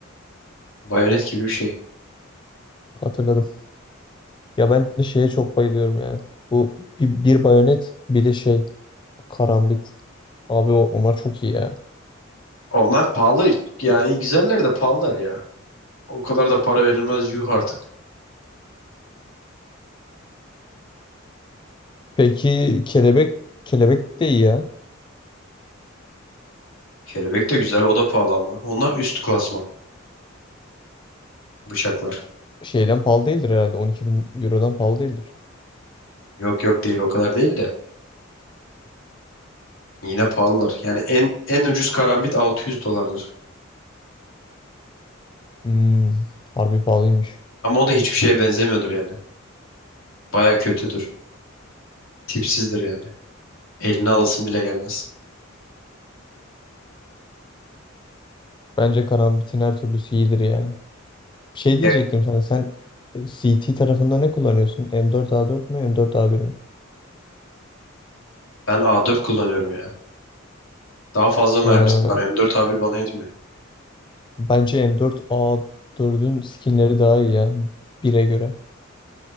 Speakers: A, on the left; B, on the left.
A: Bayonet gibi bir şey.
B: Hatırladım. Ya ben de şeye çok bayılıyorum ya. Bu bir, bir bayonet bir de şey karambit. Abi o, onlar çok iyi ya.
A: Onlar pahalı. Yani güzeller de pahalılar ya. O kadar da para verilmez yuh artık.
B: Peki kelebek kelebek de iyi ya.
A: Kelebek de güzel o da pahalı ama. Onlar üst klasman. Bıçaklar.
B: Şeyden pahalı değildir herhalde. 12 bin eurodan pahalı değildir.
A: Yok yok değil o kadar değil de. Yine pahalılar. Yani en en ucuz karambit 600 dolardır.
B: Hmm, harbi pahalıymış.
A: Ama o da hiçbir şeye benzemiyordur yani. Baya kötüdür. Tipsizdir yani. Eline alasın bile gelmez.
B: Bence kanabitin her türlüsü iyidir ya. Bir şey
A: Ya
B: diyecektim sana. Sen e, C T tarafında ne kullanıyorsun? M4A4 mü M4A1 mi?
A: ben A4 kullanıyorum ya. Daha fazla mermisi
B: Ha,
A: var. M4 A1 bana yetmiyor.
B: bence M4A4'ün skinleri daha iyi ya. bire göre.